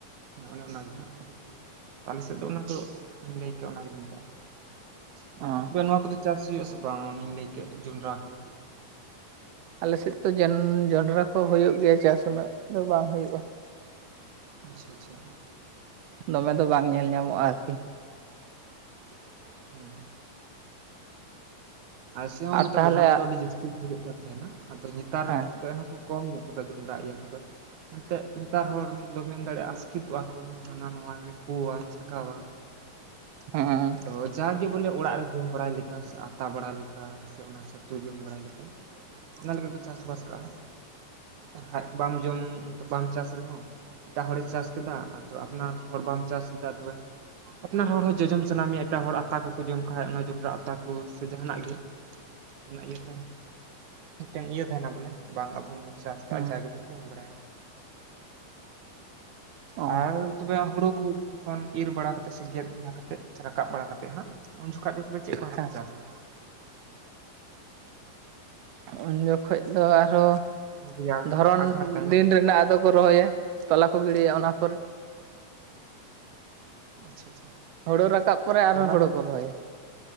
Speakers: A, on the right; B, on the right.
A: ᱚᱱᱮ ᱚᱱᱟ ᱜᱮ ᱦᱟᱸᱜ ᱟᱞᱮ ᱥᱮᱫ ᱫᱚ ᱚᱱᱟ ᱫᱚ ᱞᱟᱹᱭ ᱠᱮᱜᱼᱟ ᱚᱱᱟ ᱜᱮᱞᱮ ᱢᱮᱛᱟᱜᱼᱟ <unintelligible>
B: ᱚ
A: ᱱᱚᱣᱟ ᱠᱚᱫᱚ ᱪᱟᱥ ᱦᱩᱭᱩᱜ ᱟᱥᱮ ᱵᱟᱝ ᱟᱱᱮᱧ ᱞᱟᱹᱭ ᱠᱮᱫ ᱡᱚᱸᱰᱽᱨᱟ ᱠᱚ
B: ᱟᱞᱮ ᱥᱮᱫ ᱫᱚ ᱡᱚᱱᱰᱨᱟ ᱠᱚ ᱦᱩᱭᱩᱜ ᱜᱮᱭᱟ ᱪᱟᱥ ᱩᱱᱟᱹᱜ ᱫᱚ ᱵᱟᱝ ᱦᱩᱭᱩᱜᱼᱟ᱾
A: ᱟᱪᱪᱷᱟ ᱟᱪᱪᱷᱟ᱾
B: ᱫᱚᱢᱮ ᱫᱚ ᱵᱟᱝ ᱧᱮᱞ ᱧᱟᱢᱚᱜᱼᱟ ᱟᱨᱠᱤ᱾
A: <unintelligible> ᱦᱩᱸ ᱟᱪᱪᱷᱟ
B: ᱟᱨ ᱛᱟᱦᱚᱞᱮ
A: <inaudible> ᱦᱩᱭᱩᱜ ᱠᱟᱱ ᱛᱟᱦᱮᱸᱱᱟ ᱟᱫᱚ ᱱᱮᱛᱟᱨ
B: ᱦᱮᱸ
A: ᱫᱚ ᱮᱱ ᱠᱚ ᱠᱚᱢ ᱧᱚᱜ <unintelligible> ᱤᱭᱟᱹ ᱠᱚᱫᱚ᱾ ᱮᱱᱛᱮᱜ ᱱᱮᱛᱟᱨ ᱦᱚᱲ ᱫᱚᱢ ᱢᱮᱱ ᱫᱟᱲᱮᱭᱟᱜᱼᱟ ᱟᱥᱠᱮᱛᱚᱜᱼᱟ ᱠᱚ ᱦᱟᱱᱟ ᱱᱟᱣᱟᱭ ᱢᱮ ᱯᱳᱣᱟ ᱪᱮᱠᱟᱹᱣᱟᱢ᱾
B: ᱦᱮᱸ
A: ᱛᱚ ᱡᱟᱜᱮ ᱵᱚᱞᱮ ᱚᱲᱟᱜ ᱨᱮ ᱡᱚᱢ ᱵᱟᱲᱟᱭ ᱞᱮᱠᱟ ᱥᱮ ᱟᱛᱟ ᱵᱟᱲᱟ ᱞᱮᱠᱟ ᱥᱮ ᱚᱱᱟ ᱪᱟᱹᱛᱩ ᱡᱚᱢ ᱵᱟᱲᱟᱭ ᱞᱮᱠᱟ᱾
B: <inaudible>
A: ᱚᱱᱟ ᱞᱟᱹᱜᱤᱫ ᱠᱚ ᱪᱟᱥ ᱵᱟᱥ ᱠᱟᱜᱼᱟ ᱵᱟᱠᱷᱟᱡ ᱵᱟᱢ ᱡᱚᱢ ᱵᱟᱢ ᱪᱟᱥ ᱨᱮ ᱦᱚᱸ ᱮᱴᱟᱜ ᱦᱚᱲᱮ ᱪᱟᱥ ᱠᱮᱫᱟ ᱟᱯᱱᱟᱨ ᱦᱚᱲ ᱵᱟᱢ ᱪᱟᱥ ᱞᱮᱫᱟ ᱛᱚᱵᱮ ᱟᱯᱱᱟᱨ ᱦᱚᱲ ᱦᱚᱸ ᱡᱚᱡᱚᱢ ᱥᱟᱱᱟ ᱢᱮᱭᱟ ᱮᱴᱟᱜ ᱦᱚᱲ ᱟᱛᱟ ᱠᱚ᱾ ᱡᱚᱢ ᱠᱷᱟᱡ ᱚᱱᱟ ᱡᱚᱰᱨᱟ ᱟᱛᱟ ᱠᱚ ᱥᱮ ᱡᱟᱦᱟᱱᱟᱜ ᱜᱮ ᱚᱱᱟ ᱤᱭᱟᱹ ᱛᱮ ᱢᱤᱫᱴᱮᱱ ᱤᱭᱟᱹ ᱛᱟᱦᱮᱱᱟ ᱵᱚᱞᱮ ᱵᱟᱝ ᱟᱵᱚ ᱦᱚᱸ ᱵᱚᱱ <inaudible>
B: ᱦᱮᱸ
A: ᱡᱟᱜᱮᱵᱚᱱ ᱡᱚᱢ ᱵᱟᱲᱟᱭ
B: ᱚ
A: ᱟᱨ ᱛᱚᱵᱮ ᱦᱩᱲᱩ ᱠᱚ ᱡᱚᱠᱷᱚᱱ ᱤᱨ ᱵᱟᱲᱟ ᱠᱟᱛᱮ ᱥᱮ ᱜᱮᱫ ᱵᱟᱲᱟ ᱠᱟᱛᱮ ᱥᱮ ᱨᱟᱠᱟᱵ ᱵᱟᱲᱟ ᱠᱟᱛᱮ ᱦᱟᱸᱜ ᱩᱱ ᱡᱚᱠᱷᱟᱜ ᱫᱚ ᱛᱚᱵᱮ ᱪᱮᱫ ᱠᱚ ᱦᱚᱨᱟᱯᱮ
B: ᱦᱮᱸ
A: ᱪᱟᱥᱟ᱾
B: ᱩᱱ ᱡᱚᱠᱷᱚᱡ ᱫᱚ ᱟᱨᱦᱚ
A: ᱨᱮᱭᱟᱲ
B: ᱫᱷᱚᱨᱚᱱ
A: ᱟᱸᱜᱷᱟᱲ ᱛᱟᱭᱱᱚᱢ
B: ᱫᱤᱱ ᱨᱮᱱᱟᱜ ᱟᱫᱚ ᱠᱚ ᱨᱚᱦᱚᱭᱟ ᱛᱚᱞᱟ ᱠᱚ ᱜᱤᱲᱤᱭᱟ ᱚᱱᱟ ᱯᱚᱨᱮ᱾
A: ᱟᱪᱪᱷᱟ ᱟᱪᱪᱷᱟ
B: ᱦᱩᱲᱩ ᱨᱟᱠᱟᱵ ᱯᱚᱨᱮ ᱟᱨᱦᱚᱸ
A: ᱛᱚᱞᱟ
B: ᱦᱩᱲᱩ
A: ᱢᱟᱱᱮ
B: ᱠᱚ ᱨᱚᱦᱚᱭᱟ᱾